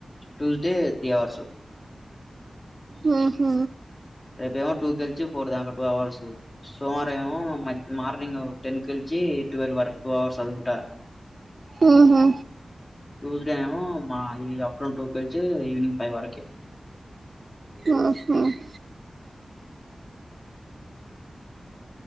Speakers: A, on the left; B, on the right.
A: ట్యూస్డే త్రీ అవర్స్
B: ఉహూ
A: రేప ఏమో టూ కెల్చి ఫర్దాంక టూ అవర్స్ సోమవారం ఏమో మార్నింగ్ టెన్ కెలిచి ట్వెల్వ్ వరకు టూ అవర్స్ అదిగుంట
B: ఉహు
A: ట్యూస్డే ఏమో మా ఈ అప్టౌన్ టూ కలిచి ఈవనింగ్ ఫైవ్ వరకు
B: ఉహూ హ